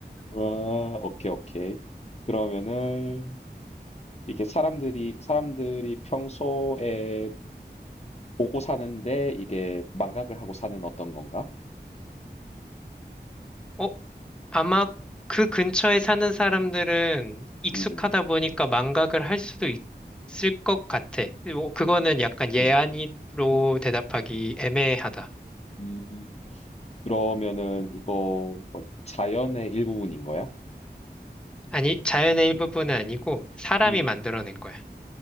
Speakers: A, on the left; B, in the centre.
A: 와, 오케이, 오케이. 그러면은 이게 사람들이 사람들이 평소에 보고 사는데 이게 망각을 하고 사는 어떤 건가?
B: 어, 아마 그 근처에 사는 사람들은 익숙하다
A: 음.
B: 보니까 망각을 할 수도 있- 있을 것 같아. 뭐 그거는
A: 음.
B: 약간 예안이로
A: 음.
B: 대답하기 애매하다.
A: 음. 그러면은 이거 뭐 자연의 일부분인 거야?
B: 아니, 자연의 일부분은 아니고 사람이
A: 음.
B: 만들어낸 거야.